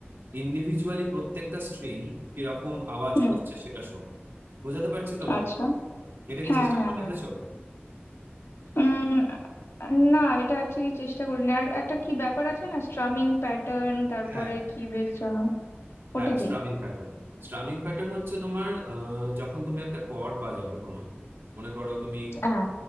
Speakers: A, on the right; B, on the left.
A: ইন্ডিভিজুয়ালি প্রত্যেকটা স্ট্রিং কিরকম আওয়াজ
B: হুম
A: করছে সেটা শোনো বোঝাতে পারছি তোমায়
B: আচ্ছা
A: এটা কি
B: হ্যাঁ
A: চেষ্টা
B: হ্যাঁ
A: করে
B: হ্যাঁ
A: দেখেছো
B: উম না এটা অ্যাকচুয়ালি চেষ্টা করিনি আর একটা কি ব্যাপার আছে না স্ট্রামিং প্যাটার্ন তারপরে
A: হ্যাঁ
B: কি বেশ যেন
A: হ্যাঁ
B: ওটা কি
A: স্ট্রামিং প্যাটার্ন স্ট্রামিং প্যাটার্ন হচ্ছে তোমার আহ, যখন তুমি একটা কর্ড বাজাবে কোনো মনে করো তুমি
B: হ্যাঁ